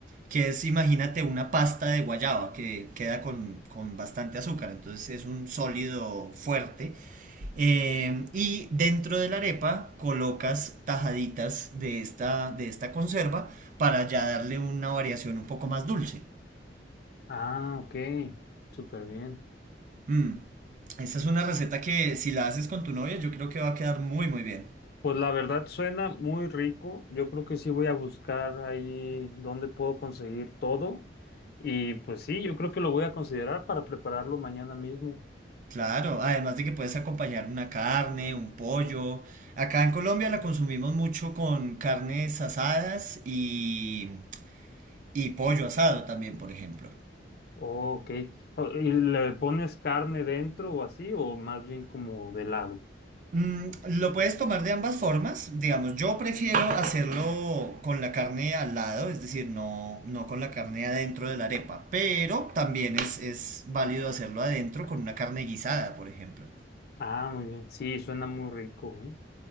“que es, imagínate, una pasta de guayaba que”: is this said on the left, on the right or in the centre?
Right